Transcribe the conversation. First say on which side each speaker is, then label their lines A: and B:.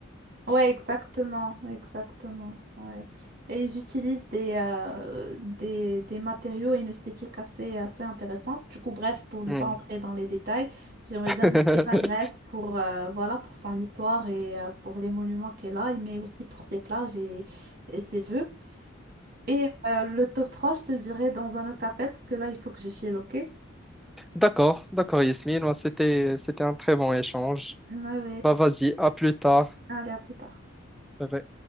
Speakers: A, on the right (about 50°); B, in the centre.
A: Ouais, exactement, exactement, ouais. Et j'utilise des, euh, des, des matériaux et une esthétique assez, assez intéressante. Du coup, bref, pour ne
B: Oui.
A: pas entrer dans les détails, j'aimerais
B: <laughs>
A: bien visiter la Grèce pour, euh, voilà, pour son histoire et euh, pour les monuments qu'elle a, mais aussi pour ses plages et, et ses vœux. Et euh, le top 3 je te le dirai dans un autre appel parce que là, il faut que je file, ok?
B: D'accord, d'accord Yasmine, Ouais, c'était c'était un très bon échange.
A: Ouais, ouais, effectivement.
B: Bah vas-y, à plus tard.
A: Allez, à plus tard.
B: Bye bye.